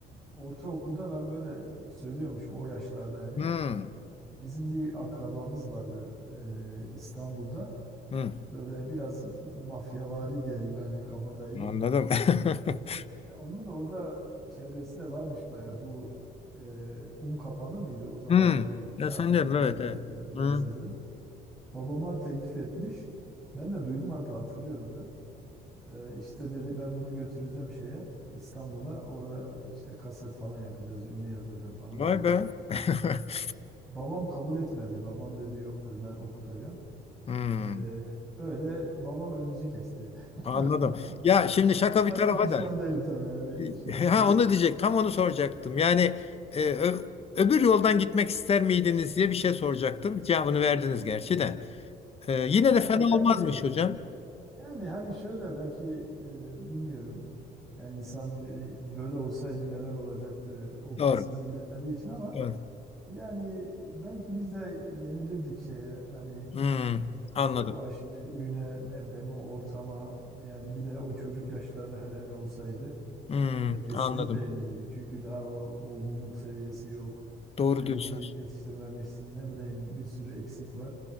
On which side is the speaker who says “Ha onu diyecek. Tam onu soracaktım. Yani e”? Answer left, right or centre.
Left